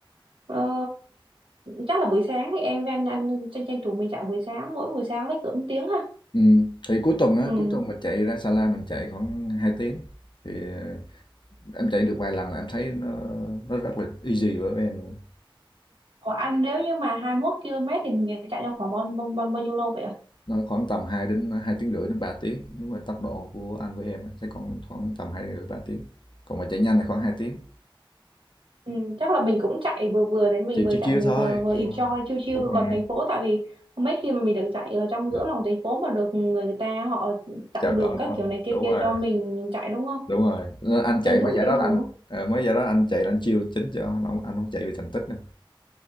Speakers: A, on the right; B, on the left.
A: ờ, chắc là buổi sáng thì em với anh anh tranh tranh thủ mình chạy buổi sáng mỗi buổi sáng với cỡ một tiếng ha.
B: ừ. thì cuối tuần á
A: Ừ.
B: cuối tuần mình chạy ra Sa La mình chạy khoảng 2 tiếng thì ờ, em chạy được vài lần là em thấy nó nó rất là easy với em luôn á.
A: Của anh nếu như mà 21 km thì mình chạy trong khoảng bao, bao, bao, bao nhiêu lô vậy ạ?
B: nó khoảng tầm 2 đến 2 tiếng rưỡi đến 3 tiếng nếu mà tốc độ của anh với em á, sẽ còn khoảng tầm 2 rưỡi 3 tiếng còn mà chạy nhanh thì khoảng 2 tiếng
A: Ừ, chắc là mình cũng chạy vừa vừa đấy mình
B: chỉ
A: vừa
B: chiêu
A: chạy
B: chiêu
A: mình
B: thôi
A: vừa vừa
B: đúng
A: enjoy
B: rồi
A: chill chill
B: đúng rồi
A: còn thành phố tại vì mấy khi mà mình được chạy ở trong giữa
B: Được.
A: lòng thành phố mà được người ta họ chặn
B: chào đó
A: đường
B: đúng
A: các
B: không
A: kiểu này kia
B: đúng
A: kia
B: rồi
A: cho mình chạy đúng không?
B: đúng rồi Nên anh chạy
A: Tranh thủ
B: mấy giải
A: tranh
B: đó
A: thủ.
B: là anh ờ, mấy giải đó anh chạy là anh chiêu chính cho anh không, anh không chạy vì thành tích nữa